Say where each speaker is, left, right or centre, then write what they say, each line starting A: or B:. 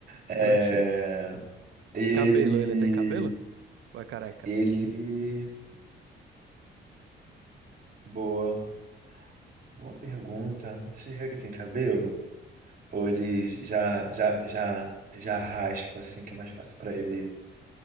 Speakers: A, on the right; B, on the right.
A: É,
B: gostei.
A: e ele.
B: Cabelo, ele tem cabelo? Ou é careca?
A: Ele. Boa. Boa pergunta. Você quer que tem cabelo? Ou ele já, já, já, já raspa, assim, que é mais fácil pra ele?